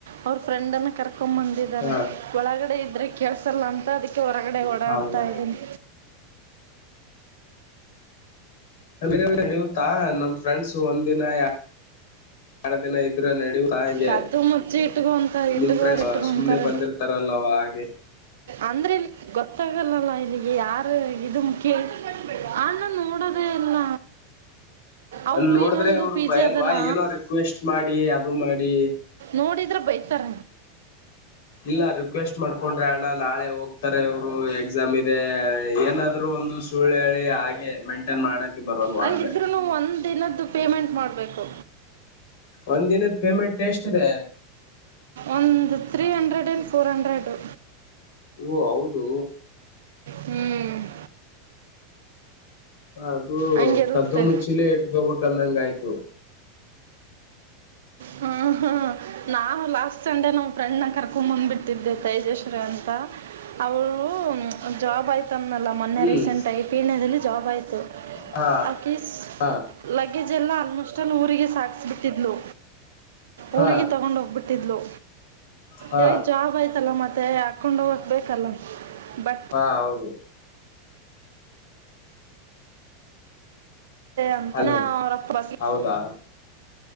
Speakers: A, on the right; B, on the left.
A: ಅವ್ರ ಫ್ರೆಂಡನ್ನ ಕರ್ಕೊಂಡ್ ಬಂದ ಇದಾರೆ
B: ಹಾ
A: ಒಳಗಡೆ ಇದ್ರೆ ಕೆೇಳಸಲ್ಲ ಅಂತ ಅದಕ್ಕೆ ಹೊರಗಡೆ ಓಡಾಡ್ತಾ
B: ಹೌದಾ
A: ಇದ್ದೀನಿ
B: <unintelligible> ನಡಿಯುತ್ತಾ ನಮ್ ಫ್ರೆಂಡ್ಸ ಒಂದಿನ ಎರಡ ಇದ್ರ ನಡಿಯುತ್ತಾ ಹಂಗೆ
A: ಕದ್ದು ಮುಚ್ಚಿ ಇಟ್ಕೊ ಅಂತ ಇಟ್ಕೋರು
B: ನಿಮ್ ಫ್ರೆಂಡ್
A: ಇಟ್ಕೊಂತಾರೆ
B: ಸುಮ್ನೆ ಬಂದಿರ್ತ ತರಲ್ಲಾವ ಹಾಗೆ
A: ಅಂದ್ರಿಲ್ಲಿ ಗೊತ್ತಾಗಲ್ಲಲ್ಲ ಇಲ್ಲಿಗಿ ಯಾರ ಇದು ಮುಖ್ಯ ಆ ಅಣ್ಣ ನೋಡದೇ ಇಲ್ಲ ಅವರು
B: ಅಲ್ ನೋಡಿದ್ರೆ
A: ಇನ್ನೊಂದು
B: ಅವರು
A: ಪಿ
B: ಬಯಲ್ವಾ
A: ಜಿ ಅದಲ್ಲ
B: ಏನೋ ರಿಕ್ವೆಸ್ಟ್ ಮಾಡಿ ಅದು ಮಾಡಿ
A: ನೋಡಿದ್ರ ಬೈತಾರ
B: ಇಲ್ಲ ರಿಕ್ವೆಸ್ಟ್ ಮಾಡ್ಕೊಂಡ್ರೆ ಅಣ್ಣ ನಾಳೆ ಹೋಗ್ತಾರೆ ಅವ್ರು ಎಕ್ಸಾಮ್ ಇದೆ ಏನಾದ್ರು ಒಂದು ಸು ಸುಳ್ಳ ಹೆಳಿ ಹಾಗೆ ಮೇಂಟೈನ್ ಮಾಡಕ ಬರಲ್ವ
A: ಹಂಗಿದ್ರೂ
B: ಅಲ್ಲೇ
A: ಒಂದು ದಿನದ್ದು ಪೇಮೆಂಟ್ ಮಾಡಬೇಕು.
B: ಒಂದ್ ದಿನದ ಪೇಮೆಂಟ್ ಎಷ್ಟಿದೆ.
A: ಒಂದ್ ತ್ರೀಹಂಡ್ರೆಡ್ ಅಂಡ್ ಫೋರ್ ಹಂಡ್ರೆಡು.
B: ಓ ಹೌದು
A: ಹ್ಮ್ಮ್.
B: ಅದು
A: ಹಂಗಿರುತ್ತೆ
B: ಕದ್ದು ಮುಚ್ಚಿಲೆ ಇಟ್ಕೋಬೇಕಂದಂಗ ಆಯ್ತು.
A: ಹಾ ಹ್ಮ ನಾವ ಲಾಸ್ಟ್ ಸಂಡೆ ನಮ್ಮ ಫ್ರೆಂಡ್ನ ಕರ್ಕೊಂಡ್ ಬಂದ್ಬಿಟ್ಟಿದ್ದೆ ತೈಜಶ್ರೀ ಅಂತ ಅವಳ್ನು ಜಾಬ್ ಆಯ್ತು <unintelligible> ನಲ್ಲ ಮೊನ್ನೆ
B: ಹ್ಮ್
A: recent I P N job ಆಯ್ತು
B: ಹಾ
A: ಆಕಿ ಸ್
B: ಹಾ
A: ಲೈಕ್ ಲಗೇಜೆಲ್ಲ ಆಲ್ಮೋಸ್ಟಾಲ್ ಊರಿಗೆ ಸಾಗಿಸ್ಬಿಟ್ಟಿದ್ಲು.
B: ಹಾ
A: ಊರಿಗೆ ತಗೊಂಡ್ ಹೋಗ್ಬಿಟ್ಟಿದ್ಲು
B: ಹಾ
A: ಇವಾಗ್ ಜಾಬ್ ಆಯ್ತ <unintelligible> ತಲ್ಲ ಮತ್ತೆ ಹಾಕೊಂಡು ಹೋಗಕ್ ಬೆಕಲ್ಲ ಬಟ್
B: ಹಾ ಹೌದು.
A: ಅಂತಾನೇ
B: ಹಲೋ
A: ಅವರಪ್ಪ <unintelligible>
B: ಹೌದಾ